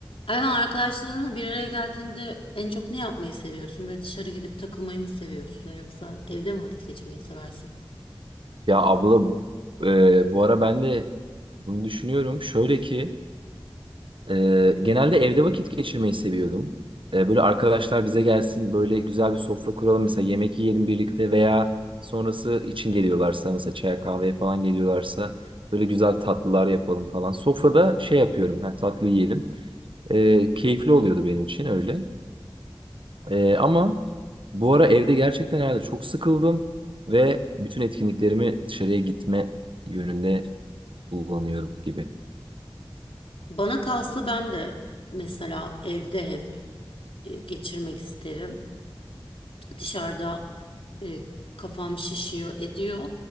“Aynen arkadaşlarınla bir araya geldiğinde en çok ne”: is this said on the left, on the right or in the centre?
Left